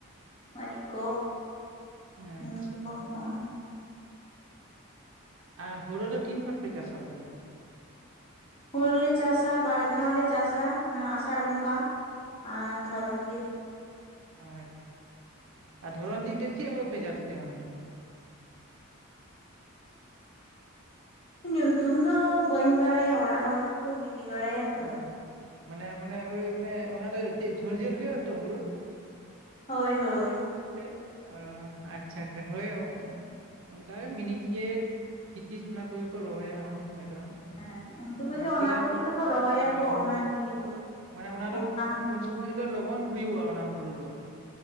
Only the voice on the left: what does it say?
ᱢᱟᱨᱤᱺ ᱠᱚ
<inaudible>
ᱦᱩᱲᱩ ᱞᱮ ᱪᱟᱥᱟ ᱵᱟᱨ ᱫᱷᱟᱣᱞᱮ ᱪᱟᱥᱟ ᱚᱱᱟ ᱟᱥᱟᱲ ᱵᱚᱸᱜᱟ ᱟᱨ ᱫᱷᱚᱨᱚᱱ ᱫᱤᱱ ᱾
ᱩᱸᱜ ᱧᱩᱛᱩᱢ ᱫᱚ ᱵᱟᱹᱧ ᱵᱟᱲᱟᱭᱟ ᱚᱲᱟᱜ ᱦᱚᱲ ᱜᱮᱠᱚ ᱜᱤᱰᱤ ᱵᱟᱲᱟᱭᱟ᱾ ᱛᱚ
ᱦᱳᱭ ᱦᱳᱭ᱾
ᱦᱮᱸ ᱩᱱ ᱥᱚᱢᱚᱭ
ᱫᱚ ᱚᱱᱟ
ᱠᱚᱜᱮ ᱛᱚᱠᱚ ᱨᱚᱦᱚᱭᱟ
ᱠᱚ ᱚᱱᱟ ᱡᱤᱭᱟᱹ ᱠᱚᱜᱮ
ᱟ